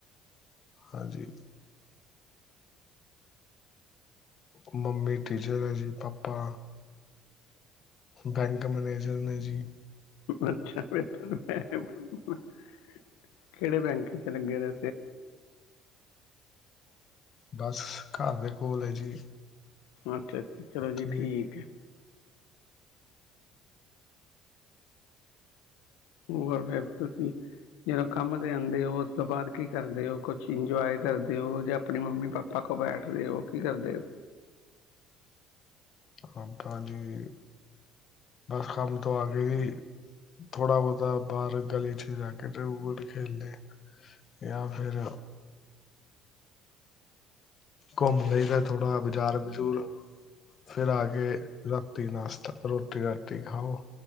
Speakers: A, on the left; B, on the left.
A: ਹਾਂਜੀ, ਮੰਮੀ ਟੀਚਰ ਹੈ, ਜੀ ਪਾਪਾ ਬੈਂਕ ਮੈਨੇਜਰ ਨੇ ਜੀ,
B: <inaudible> ਕਿਹੜੇ ਬੈਂਕ ਚ ਲੱਗੇ ਨੇ
A: ਬਸ ਘਰ ਦੇ ਕੋਲ ਹੈ ਜੀ,
B: ਅੱਛਾ-ਅੱਛਾ ਚਲੋ, ਜੀ
A: ਤੇ
B: ਠੀਕ ਹੈ। ਹੋਰ ਫਿਰ ਤੁਸੀਂ ਜਦੋਂ ਕੰਮ ਤੇ ਆਂਦੇ ਹੋ ਉਸ ਤੋਂ ਬਾਅਦ ਕੀ ਕਰਦੇ ਹੋ ਕੁਛ ਇੰਜੋਏ ਕਰਦੇ ਹੋ, ਜਾਂ ਆਪਣੀ ਮੰਮੀ ਪਾਪਾ ਕੋਲ ਬੈਠਦੇ ਹੋ ਕੀ ਕਰਦੇ ਹੋ।
A: ਹਾਂ ਭਾਜੀ ਬਸ ਕੰਮ ਤੋਂ ਆ ਕੇ ਵੀ ਥੋੜਾ ਬਹੁਤਾ ਬਾਹਰ ਗਲੀ ਚ ਜਾ ਕੇ ਤੇ ਉਟ ਖੇਲ ਲੇ ਜਾਂ ਫਿਰ ਘੁੰਮ ਲਈ ਤਾਂ ਥੋੜਾ ਬਾਜ਼ਾਰ ਬਜੂਰ ਫਿਰ ਆ ਕੇ ਰਾਤੀ ਨਾਸ਼ਤਾ ਰੋਟੀ- ਰਾਟੀ ਖਾਓ,